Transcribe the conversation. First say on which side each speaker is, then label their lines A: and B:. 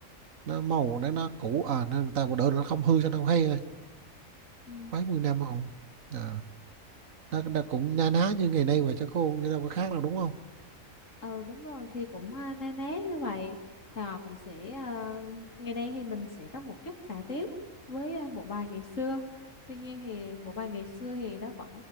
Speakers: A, on the right (about 80°); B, on the left (about 70°).
A: nó màu đấy nó cũ à nên người ta bỏ đỡ nó không hư cho nó hay rồi
B: ừ
A: mấy mươi năm màu à, nó, nó cũng na ná như ngày nay mà cho cô chứ đâu có khác đâu đúng không
B: ừ đúng rồi thì cũng à, na ná như vậy họ cũng sẽ à, ngày nay thì mình sẽ có một chút cải tiến với à, bộ bài ngày xưa tuy nhiên thì bộ bài ngày xưa thì nó vẫn